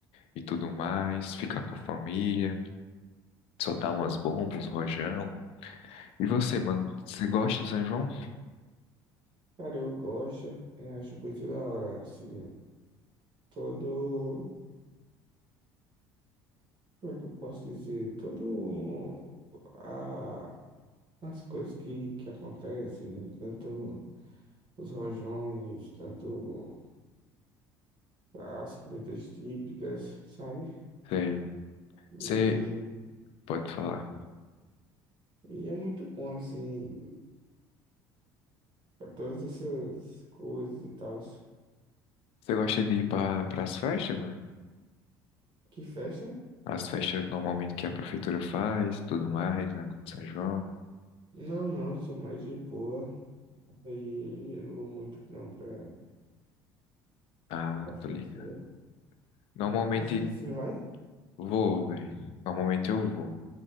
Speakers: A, on the left; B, on the right.
A: e tudo mais, ficar com a família, soltar umas bombas, uns rojão. E você, mano, você gosta de São João?
B: Cara, eu gosto, eu acho muito da hora, assim, todo, como é que eu posso dizer, todo a, as coisas que, que acontecem, tanto os rojões, tanto as comidas típicas, sabe?
A: Sei. Você
B: E,
A: pode falar.
B: e é muito bom, assim, pra todas essas coisas e tal.
A: Você gosta de ir para as festas, mano?
B: Que festa?
A: As festas normalmente que a prefeitura faz, tudo mais, né, com o de São João.
B: Não, não, sou mais de boa, aí eu não vou muito não pra,
A: Ah,
B: pra festa,
A: tô ligado.
B: né?
A: Normalmente
B: Mas e você vai?
A: Vou, velho. Normalmente eu vou.